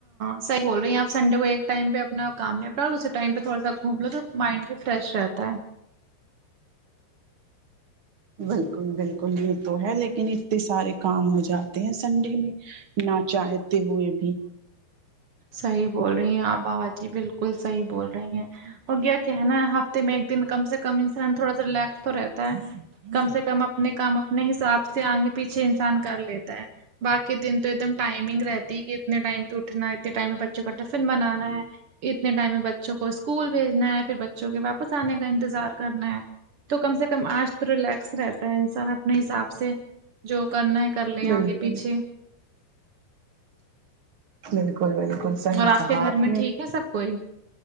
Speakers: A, on the right (about 60°); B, on the right (about 45°).
A: سحی بول رہی ہیں آپ سنڈے کو ایک ٹائم پہ اپنا کام نپٹا لو اسی ٹائم پہ تھوڑا سا گھوم لو تو مائنڈ بھی فریش رہتا ہے
B: بالکل بالکل یہ تو ہے لیکن سارے کام ہو جاتے ہیں سنڈے میں ناچاہتے ہوئے بھی
A: صحیح بول رہی ہیں بابا جی بالکل صحیح بول رہی ہیں ہو گیا کیا ہے نا ہفتے میں ایک دن کم سے کم انسان تھوڑا سا ریلیکس تو رہتا کم سے کم اپنے کام اپنے حساب سے آگے پیچھے انسان کر لیتا ہے باقی دن تو ایک دم ٹائمنگ رہتی ہے کہ اتنے ٹائم پی اٹھ اٹھنا ہے اتنے ٹائم میں بچوں کا ٹفن بنانا ہے اتنے ٹائم میں بچوں کو اسکول بھیجنا ہے پھر بچوں کے واپس آنے کا انتظار کرنا ہے تو کم سے کم آج تو ریلیکس رہتا ہے انسان اپنے حساب سے جو کرنا ہے کر لے
B: بالکل
A: آ گے پیچھے
B: بالکل بالکل صحیح
A: اور آپ
B: کہا
A: کے گھر میں
B: نے
A: ٹھیک ہے سب کوئی